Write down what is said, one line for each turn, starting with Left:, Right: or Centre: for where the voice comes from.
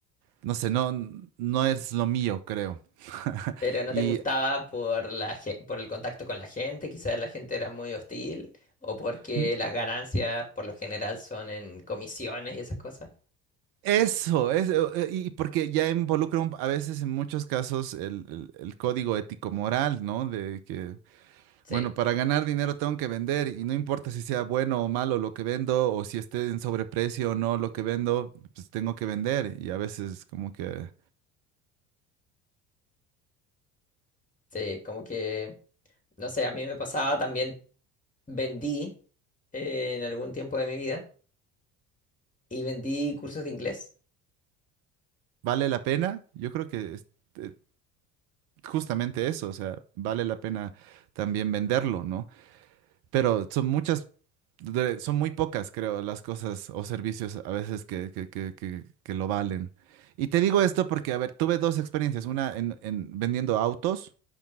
Right: no sé, no, no es lo mío, creo. <laughs>
Left: Pero no
Right: Y
Left: te gustaba por la, ge- por el contacto con la gente, quizás la gente era muy hostil, o porque
Right: n-
Left: las ganancias por lo general son en comisiones y esas cosas.
Right: eso, es, eh, eh, y porque ya involucra un- a veces en muchos casos el, el- el código ético-moral, ¿no? De que
Left: Sí,
Right: Bueno, para ganar dinero tengo que vender y no importa si sea bueno o malo lo que vendo o si esté en sobreprecio o no lo que vendo, pues tengo que vender y a veces como que
Left: sí, como que, no sé, a mí me pasaba también, vendí eh, en algún tiempo de mi vida y vendí cursos de inglés.
Right: vale la pena. Yo creo que es, eh, justamente eso, o sea, vale la pena también venderlo, ¿no? Pero son muchas, de- son muy pocas, creo, las cosas o servicios a veces que, que, que, que, que lo valen. Y te digo esto porque, a ver, tuve dos experiencias, una en en vendiendo autos